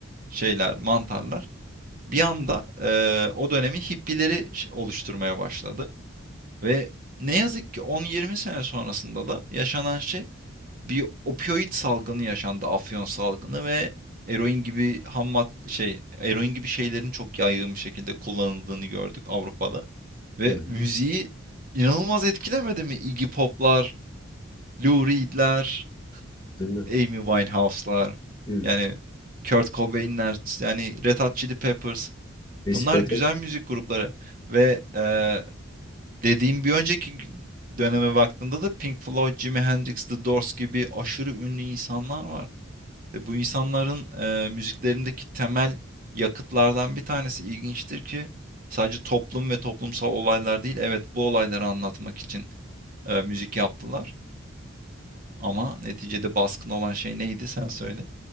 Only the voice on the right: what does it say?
şeyler mantarlar bir anda eee, o dönemi hippileri oluşturmaya başladı. Ve ne yazık ki 10-20 sene sonrasında da yaşanan şey bir opioid salgını yaşandı. Afyon salgını ve eroin gibi ham mad- şey eroin gibi şeylerin çok yaygın bir şekilde kullanıldığını gördük Avrupa'da. Ve
müziği inanılmaz etkilemedi mi? Iggy Pop'lar, Lou Reed'ler,
Amy Winehouse'lar
yani Kurt Cobain'ler yani Red Hot Chili Peppers
Bunlar güzel müzik grupları ve eee, dediğim bir önceki döneme baktığında da Pink Floyd, Jimi Hendrix, The Doors gibi aşırı ünlü insanlar var. Ve bu insanların eee, müziklerindeki temel yakıtlardan bir tanesi ilginçtir ki sadece toplum ve toplumsal olaylar değil, evet bu olayları anlatmak için eee, müzik yaptılar. Ama neticede baskın olan şey neydi sen söyle.